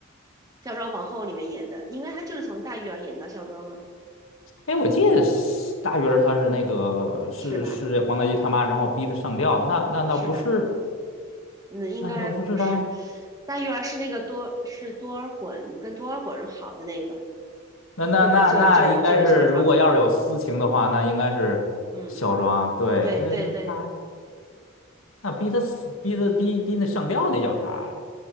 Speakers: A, on the right (about 20°); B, on the left (about 85°).
A: 孝庄皇后里面演的，应该她就是从大玉儿演到孝庄啊，
B: 哎，我记得是大鱼儿他是那个是是这皇太极他妈，
A: 是吧？
B: 然后逼他上吊，那那那不是
A: 是吧？嗯，应该不是，
B: 那个他不是他。
A: 大玉儿是那个多是多尔衮跟多尔衮好的那个，
B: 那那那那应该是，
A: 就是就就是就是孝庄，
B: 如果要是有私情的话，那应该是小庄。
A: 嗯，
B: 对，
A: 对对对。
B: 那是他，那逼他死，逼他逼逼那上吊那叫啥来？